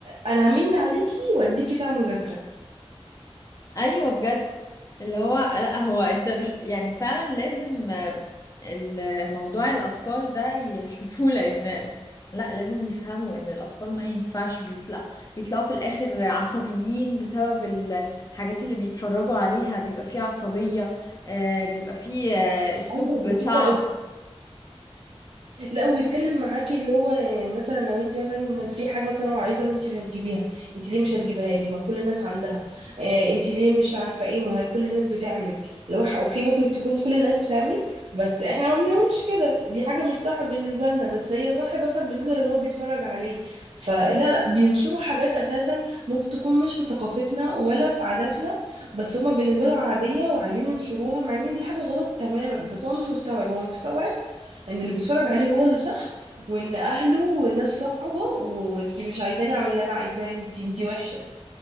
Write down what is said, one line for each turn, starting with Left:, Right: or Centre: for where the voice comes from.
Right: انا همن عليكي واديكي ساعة مذاكرة
Left: ايوه بجد اللي هو لا هو انت مش يعني فعلا لازم آه، الموضوع الاطفال ده يشوفوه لان لا لازم يفهموا ان الاطفال ما ينفعش بيطلع بيطلعوا في الاخر عصبيين بسبب الحاجات اللي بيتفرجوا عليها بيبقى فيه عصبية آه، بيبقى فيه آه، اسلوب
Right: ايوه مفيش
Left: صعب
Right: حاجه لا وبيتكلم معاكي اللي هو مثلا لو انت مثلا في حاجه مثلا هو عايزها وانت مش هتجيبيها انت ليه مش هتجيبها لي ما كل الناس عندها اه انت ليه مش عارفه ايه ما هي كل الناس بتعمل لو ح- اوكي ممكن تكون كل الناس بتعمل بس احنا ما بنعملش كده دي حاجه مش صح بالنسبه لنا بس هي صح مثلا بالنسبه للي هو بيتفرج عليه فلا لا بينشروا حاجات اساسا ممكن تكون مش في ثقافتنا ولا في عاداتنا بس هما بالنسبه لهم عاديه وعايزين ينشروها مع ان دي حاجه غلط تماما بس هو مش مستوعب هو مستوعب ان اللي بيتفرج عليه هو اللي صح وان اهله ناس صعبة وانتي مش عايزاني اعمل اللي انا عايزاه انتي انتي وحشة